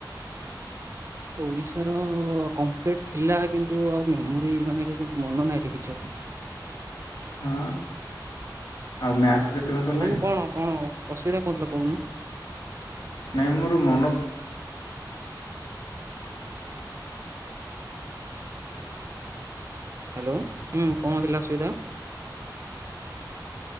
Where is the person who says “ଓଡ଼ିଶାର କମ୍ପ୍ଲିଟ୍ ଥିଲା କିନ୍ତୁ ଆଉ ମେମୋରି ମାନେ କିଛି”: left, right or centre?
Right